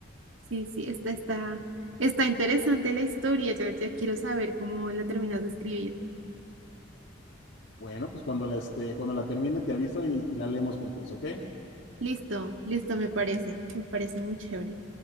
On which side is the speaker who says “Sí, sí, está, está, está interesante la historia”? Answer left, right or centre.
Right